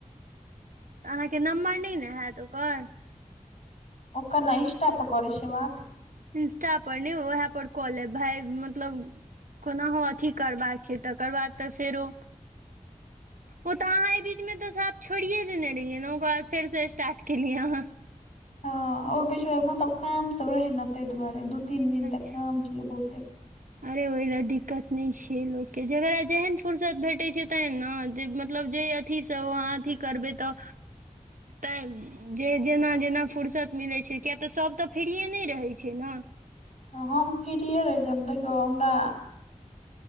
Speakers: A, on the right; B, on the left.
A: तऽ अहाँके नम्बर नै ने हैत ओकर।
B: ओकर नै इंष्टा प करै छै बात।
A: इन्स्टा पर नहि ओहै पर क लेब भाय मतलब कोनाहु अथी करबाक छै तकर बाद तऽ फेरो ओ तऽ अहाँ अइ बीचमे तऽ सब छोड़िये देने रहियै ने ओकर बाद फेर से स्टार्ट केलियै अहाँ।
B: हँ ओइ बीच में मतलब काम सब रहै ने तइ दुआरे दू तीन दिन
A: अच्छा
B: तक काम छलै बहुते
A: अरे ओइ लै दिक्कत नहि छै लोकके जेकरा जेहन फुर्सत भेटै छै तेहन न जे मतलब जे अथीस अहाँ अथी करबै तऽ तैं जे जेना जेना फुर्सत मिलै छै किया तऽ सभ तऽ फ्रिए नहि रहै छै न।
B: हम फ्रीए रहै छी हम देखियौ हमरा